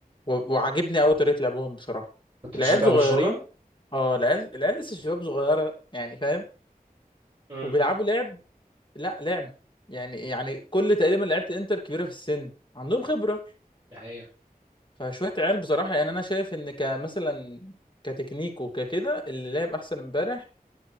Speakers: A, on the left; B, on the right.
A: و... وعاجبني أوي طريقة لعبهم بصراحة
B: كنت
A: العيال
B: بتشجع
A: صغيرين
B: برشلونة
A: اه العيال العيال لسه شباب صغيرة يعني فاهم
B: امم
A: وبيلعبوا لعب لا لعب يعني يعني كل تقريبا لعيبة انتر كبيرة في السن عندهم خبرة
B: دي حقيقة
A: فشوية عيال بصراحة يعني أنا شايف إن كمثلا كتكنيك وككده اللي لعب أحسن امبارح